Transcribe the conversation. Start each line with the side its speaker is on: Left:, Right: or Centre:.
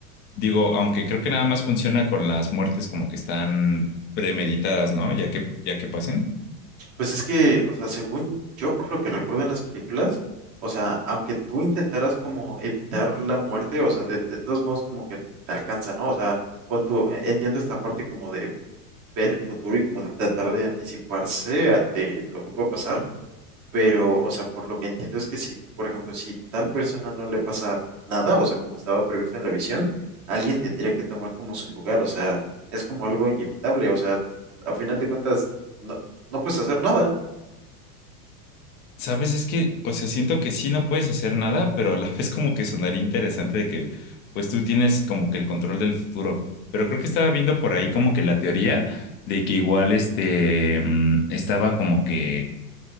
Left: Digo, aunque creo que nada más funciona con las muertes como que están premeditadas, ¿no? Ya que, ya que pasen.
Right: Pues es que, o sea, según yo, por lo que recuerdo en las películas, o sea, aunque tú intentaras como evitar la muerte, o sea, de, de todos modos como que te alcanza, ¿no? O sea, pon tú, e- entiendo esta parte como de ver el futuro y como de tratar de anticiparse ante lo que puede pasar Pero, o sea, por lo que entiendo es que si, por ejemplo, si tal persona no le pasa nada, o sea, como estaba previsto en la visión, alguien tendría que tomar como su lugar, o sea, es como algo inevitable, o sea, a final de cuentas, no, no puedes hacer nada.
Left: Sabes, es que, o sea, siento que sí no puedes hacer nada, pero a la vez como que sonaría interesante de que, pues tú tienes como que el control del futuro. Pero creo que estaba viendo por ahí como que la teoría de que igual este mm, estaba como que